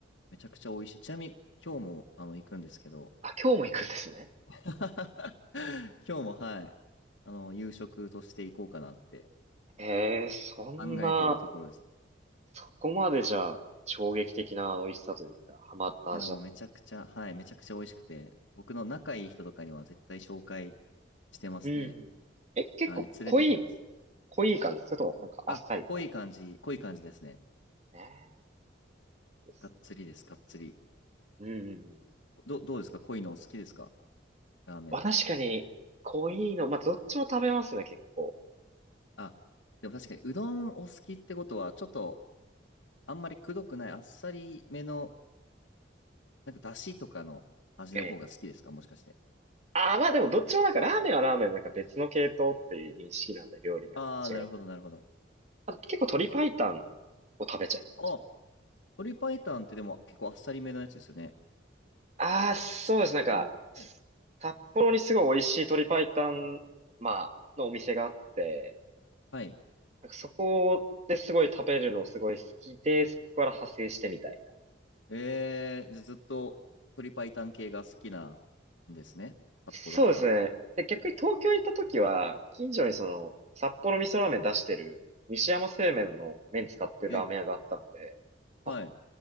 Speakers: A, on the left; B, on the right.
A: めちゃくちゃ美味しい。ちなみに、今日も、あの、行くんですけど、
B: あ、今日も行くんですね。
A: <laughs> 今日も、はい、あの、夕食として行こうかなって
B: ええ、そんな、
A: 考えてるところです。
B: そこまでじゃあ、衝撃的な美味しさというか、ハマった味だった。
A: いや、もうめちゃくちゃ、はい、めちゃくちゃ美味しくて、僕の仲いい人とかには絶対紹介してますね。
B: うんうんえ、結構濃い、
A: はい、連れてってます。
B: 濃い感じそれともなんかあっさりみたい
A: あ、濃い感じ、濃い感じですね。
B: な。ねえ。です
A: がっつりです、がっつり。
B: うん。うんうんうん
A: ど、どうですか濃いのお好きですかラーメン。
B: まあ確かに、濃いの、まあどっちも食べますね、結構。
A: あ、でも確かにうどんお好きってことは、ちょっとあんまりくどくないあっさりめの、なんかだしとかの味の方が好きですかもしかして。
B: ええ。ああ、まあでもどっちもなんかラーメンはラーメンなんか別の系統っていう認識なんで料理が違うか
A: あー、なるほど、なるほど。
B: ら。あ、結構鶏白湯を食べちゃいますね。
A: あ、鶏白湯ってでも結構あっさりめのやつですよね。
B: ああ、そうです。
A: そ、
B: なんか、
A: そうでもない。
B: 札幌にすごい美味しい鶏白湯、まあ、のお店があって、
A: はい。
B: なんかそこですごい食べるのすごい好きで、そこから派生してみたいな。
A: えー、じゃあずっと鶏白湯系が好きなんですね。札幌から。
B: そうですね。で、逆に東京行った時は、近所にその、札幌味噌ラーメン出してる、西山製麺の麺使ってるラーメン屋があったので、
A: え、
B: あ、
A: はい。